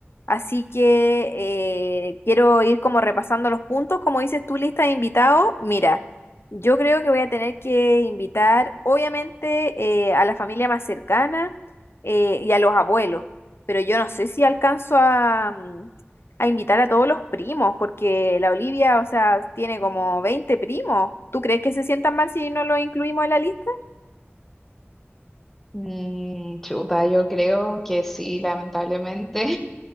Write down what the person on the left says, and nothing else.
Así que eh, quiero ir como repasando los puntos, como dices tú, lista de invitados. Mira. Yo creo que voy a tener que invitar, obviamente, eh, a la familia más cercana eh, y a los abuelos, pero yo no sé si alcanzo a, mm, a invitar a todos los primos, porque la Olivia, o sea, tiene como 20 primos. ¿Tú crees que se sientan mal si no los incluimos en la lista?